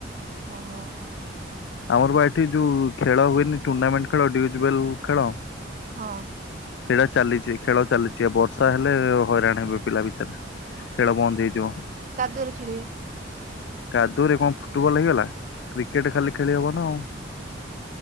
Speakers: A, on the right (about 40°); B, on the left (about 70°).
A: ଓ ହୋ ହୋ।
B: ଆମର ବା ଏଠି ଯୋଉ ଖେଳ ହୁଏନି ଟୁର୍ଣ୍ଣାମେଣ୍ଟ୍ ଖେଳ <unintelligible> ଖେଳ।
A: ହଁ।
B: ଖେଳ ଚାଲିଛି ଖେଳ ଚାଲିଛି ବର୍ଷା ହେଲେ ହଇରାଣ ହେବେ ପିଲା ବିଚାରା। ଖେଳ ବନ୍ଦ ହେଇଯିବ।
A: କାଦୁଅରେ ଖେଳିବେ।
B: କାଦୁଅ ରେ କଣ ଫୁଟବଲ୍ ହେଇଗଲା କ୍ରିକେଟ ଖାଲି ଖେଳି ହବନା ଆଉ।